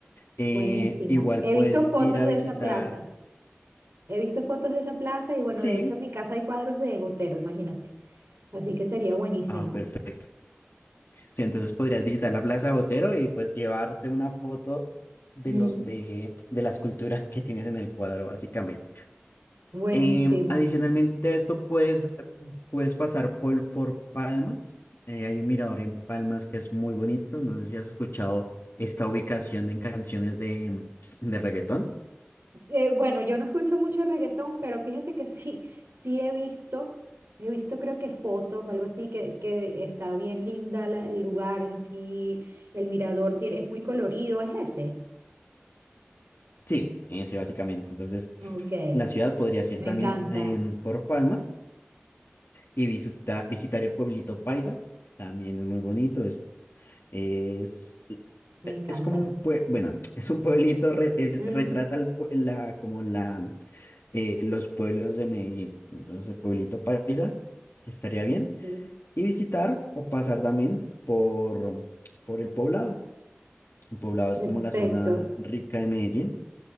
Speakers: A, on the left; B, on the right.
A: Eh,
B: Buenísimo.
A: igual
B: He
A: puedes
B: visto fotos
A: ir a
B: de
A: visitar,
B: esa plaza. He visto fotos de esa plaza y bueno,
A: sí,
B: de hecho en mi casa hay cuadros de Botero, imagínate. Así que sería buenísimo.
A: ah, perfecto. Sí, entonces podrías visitar la Plaza de Botero y pues llevarte una foto de
B: Ujú.
A: los de, de las culturas <laughs> que tienes en el cuadro, básicamente.
B: Buenísimo.
A: Em, adicionalmente a esto, pues eh, puedes pasar por, por Palmas. Eh, hay un mirador en Palmas que es muy bonito. No sé si has escuchado esta ubicación en canciones
B: S-
A: de, de reggaetón.
B: eh, bueno, yo no escucho mucho reggaetón, pero fíjate que <laughs> sí, sí he visto, he visto creo que fotos o algo así, que, que está bien linda la- el lugar, es así, el mirador tiene, es muy colorido, es ese.
A: Sí, ese básicamente. Entonces,
B: Ok,
A: la ciudad podrías ir
B: me
A: también
B: encanta,
A: em, por Palmas y visita- visitar el pueblito Paisa. También es muy bonito. Es Es,
B: me
A: e-
B: encanta.
A: es como un pue- bueno, es un pueblito, re- es-
B: Ujú.
A: retrata el pue- la, como la, eh, los pueblos de Medellín. Entonces, el pueblito paisa estaría bien.
B: Ok.
A: Y visitar o pasar también por, por el poblado. El poblado
B: Perfecto.
A: es como la zona rica de Medellín